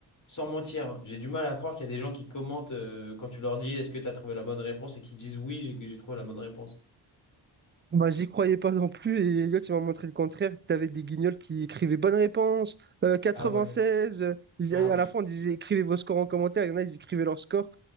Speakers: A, on the left (about 45°); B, on the right (about 25°).
A: Sans mentir, hein, j'ai du mal à croire qu'il y a des gens qui commentent euh, quand tu leur dis est-ce que tu as trouvé la bonne réponse et qui disent oui, j'ai j'ai trouvé la bonne réponse.
B: Bah, j'y croyais pas non plus, et Elliot, il m'a montré le contraire. T'avais des guignols qui écrivaient bonne réponse, euh, 96.
A: Ah ouais.
B: euh, ils-
A: Ah
B: à
A: ouais
B: la fin, on disait écrivez vos scores en commentaire. Il y en a, ils écrivaient leur score.